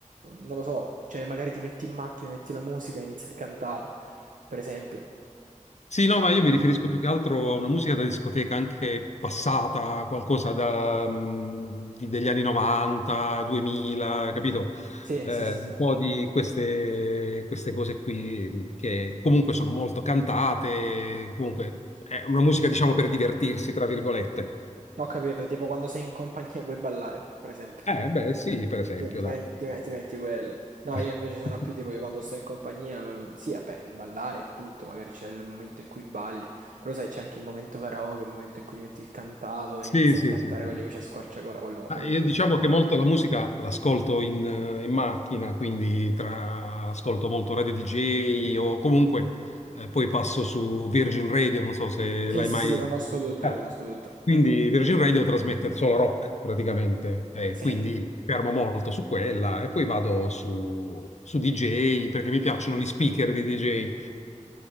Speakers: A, on the right; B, on the left.
A: non lo so, cioè magari ti metti in macchina, metti la musica e inizi a cantare, per esempio.
B: Sì, no, ma io mi riferisco più che altro a una musica da discoteca, anche passata, qualcosa da, mm, di- degli anni 90, 2000, capito?
A: Sì,
B: Eh,
A: sì, sì, sì.
B: un po' di queste, queste cose qui mm, che comunque sono molto cantate, comunque è una musica, diciamo, per divertirsi, tra virgolette.
A: Ho capito, tipo quando sei in compagnia e vuoi ballare, per esempio.
B: Eh, beh, sì, per esempio,
A: Ti, ti
B: dai.
A: met- ti met- ti metti quello. No,
B: <laughs>
A: io invece sono più tipo che quando sto in compagnia, mm, sì, vabbè, il ballare è tutto, magari c'è il momento in cui balli, però sai, c'è anche il momento karaoke, il momento in cui ti metti il cantato
B: Sì,
A: e inizi
B: sì,
A: a cantare
B: sì, sì.
A: con gli amici a squarciagola, quello,
B: Ah,
A: quello
B: io
A: mi piace
B: diciamo
A: tanto
B: che
A: a
B: molto
A: me.
B: la musica l'ascolto in, eh, in macchina, quindi tra, ascolto molto Radio DJ o comunque eh, poi passo su Virgin Radio, non so se
A: Sì,
B: l'hai
A: sì,
B: mai...
A: sì, le conosco tutte,
B: Eh,
A: le conosco tutte.
B: Quindi Virgin Radio trasmette solo rock praticamente, e
A: Sì,
B: quindi fermo molto su quella e poi vado su, su DJ perché mi piacciono gli speaker di DJ,